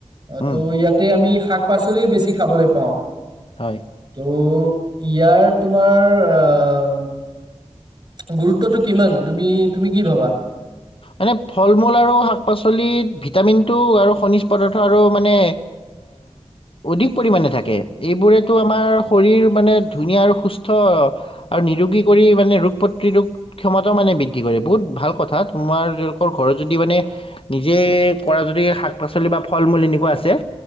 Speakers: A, on the right (about 40°); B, on the left (about 50°).
A: অহ,
B: উম,
A: ত' ইয়াতে আমি শাক শাক পাচলিয়ে বেছি খাবলৈ পাওঁ।
B: হয়।
A: তহ ', ইয়াৰ তোমাৰ আহ ', গুৰুত্বটো কিমান, তুমি তুমি কি ভাবা?
B: মানে ফল মূল আৰু শাক পাচলিত ভিটামিনটো আৰু খনিজ পদাৰ্থ আৰু মানে অধিক পৰিমাণে থাকে। এইবোৰেতো আমাৰ শৰীৰ মানে ধুনীয়া আৰু সুস্থ আৰু নিৰোগী কৰি মানে ৰোগ প্ৰতিৰোধ ক্ষমতাও মানে বৃদ্ধি কৰে বহুত ভাল কথাত। তোমাৰ তেওঁলোকৰ ঘৰত যদি মানে নিজে কৰা যদি শাক পাচলি বা ফল মূল এনেকুৱা আছে